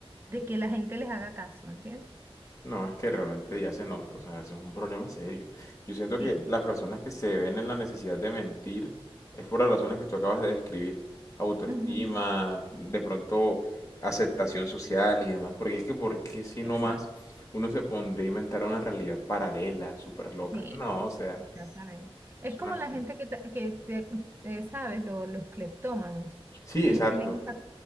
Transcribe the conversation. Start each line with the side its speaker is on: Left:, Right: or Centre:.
Right: de que la gente les haga caso, ¿entiendes?
Left: No, es que realmente ya se nota, o sea, eso es un problema serio. Yo siento
Right: Sí,
Left: que las personas que se ven en la necesidad de mentir es por las razones que tú acabas de describir, autoestima,
Right: ujú,
Left: de pronto aceptación social y demás, porque es que ¿por qué si
Right: Exacto,
Left: no más uno se pondría a inventar una realidad paralela, súper loca?
Right: sí,
Left: No, o sea,
Right: exactamente. Es
Left: eso
Right: como
Left: no es
Right: la
Left: así.
Right: gente que, ta- que te- eh, ¿sabes? Lo- los cleptómanos.
Left: Sí,
Right: Ellos
Left: exacto,
Right: tienen esa